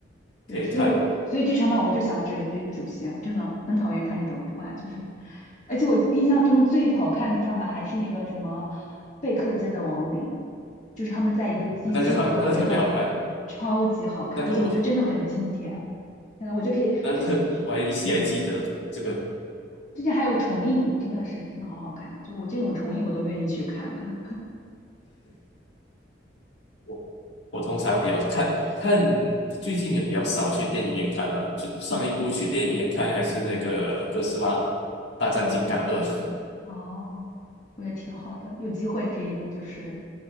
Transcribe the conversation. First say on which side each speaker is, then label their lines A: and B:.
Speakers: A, on the left; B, on the left.
A: 对，
B: 可以看，
A: 所以我所以剧场版我就想追追主线，我真的很讨厌看这种破案，就是，而且我印象中最好看的剧场版还是那个什么贝克街的亡灵，就是他们在一个机器里要回到，
B: 那个好，那个特别好看，
A: 对，超级好看，
B: 那个我
A: 而且我觉得真的很经典。天呐，我就可以这这嗯，
B: 那特我还依稀还记得这个，
A: 最近还有重映，真的是真的好好看，就我这种重映我都愿意去看的。
B: 我我通常比较看看最近也比较少去电影院看了，就上一部去电影院看还是那个哥斯拉大战金刚二，
A: <laughs> 嗯，哦。哦，我也挺好的，有机会可以就是